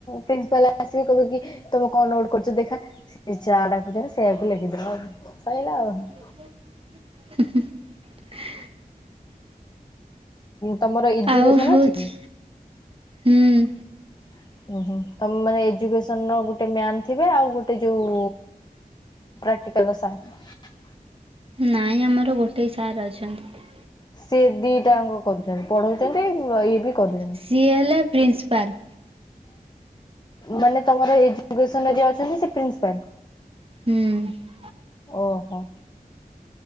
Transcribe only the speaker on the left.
ପ୍ରିନ୍ସିପାଲ ଆସିଵେ କହେ କି, ତମେ କଣ ନୋଟ୍ କରିଛ ଦେଖା ସେ ଚା ଡାକୁଛ ସେ ହକ୍ର ସାଇିଲ <unintelligible>
ତମର ଏଜୁକେସନ
ଅଛି କି?
ଉ ହୁଁ, ତମେ ମାନେ ଏଜୁକସନ ର ଗୋଟେ ମାନ ଥିବେ ଆଉ ଗୋଟେ ଯୋଉ ଆଟିକଲ ନ ସା <unintelligible>
ସିଏ ଦିଟାଙ୍କ କରୁଛନ୍ତି, ପଢଉଛନ୍ତି ଇଏ ବି କରୁଛନ୍ତି।
ମାନେ ତମର ଏଜୁକେସନ ଯିଏ ଅଛନ୍ତି, ସେ ପ୍ରିନ୍ସପାଲ।
ଓହୋ।